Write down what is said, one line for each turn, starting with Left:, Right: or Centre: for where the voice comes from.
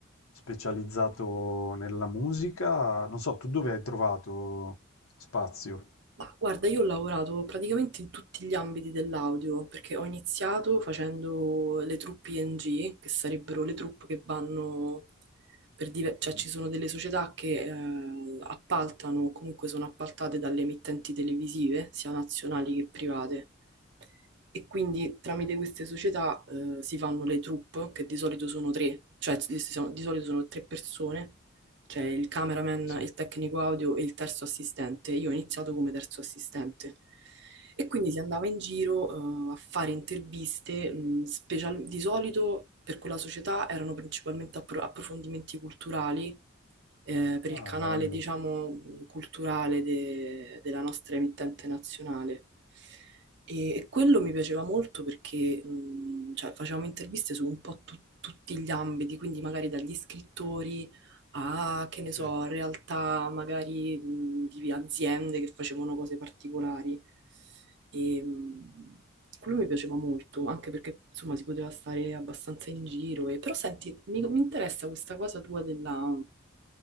Left: specializzato nella musica, non so, tu dove hai trovato spazio?
Right: Ma guarda, io ho lavorato praticamente in tutti gli ambiti dell'audio, perché ho iniziato facendo le truppe ING, che sarebbero le truppe che vanno per diver- cioè
Left: Mhm,
Right: ci sono delle società che eh, appaltano, o comunque sono appaltate dalle emittenti televisive, sia nazionali che private. E quindi tramite queste società eh, si fanno le troupe, che di solito sono tre, cioè di, di solito sono tre persone cioè il cameraman,
Left: Sì.
Right: il tecnico audio e il terzo assistente. Io ho iniziato come terzo assistente. E quindi si andava in giro, eh, a fare interviste, mh, special- di solito per quella società erano principalmente appro- approfondimenti culturali eh, per
Left: Ah,
Right: il canale,
Left: bello,
Right: diciamo, culturale de- della nostra emittente nazionale. E, e quello mi piaceva molto perché mh, cioè, facevamo interviste su un po' tu- tutti gli ambiti, quindi magari dagli scrittori a, che ne
Left: sì,
Right: so, realtà magari mh, di aziende che facevano cose particolari. E, mh, quello mi piaceva molto, anche perché insomma si poteva stare abbastanza in giro. E, però senti, mi, mi interessa questa cosa tua della,